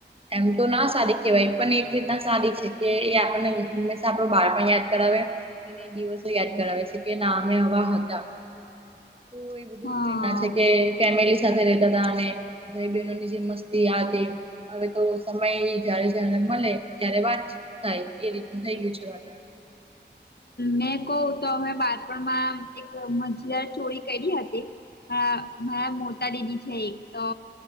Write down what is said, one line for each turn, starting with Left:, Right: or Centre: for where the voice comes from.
Right: એમ તો ના સારી કેવાય પણ એક રીતના સારી છે કે એ આપણને હંમેશા આપડે બળ પણ યાદ કરવે, અને દિવસો યાદ કરાવે છે કે ના અમે આવા હતા. તો એ બધુંઈ
Left: હા
Right: ના છે કે ફેમિલી સાથે રેતા હતા અને, ભાઈ બહેનોની જે મસ્તી આ હતી. હવે તો સમય જ્યારે જને મળે ત્યારે વાત થાય એ રીતનું થઈ ગયું છે વાતાવરણ.
Left: મેં કહું તો અમે બાળપણમાં એક મજેદાર ચોરી કરી હતી હમ મારા મોતા દીદી છે એક તો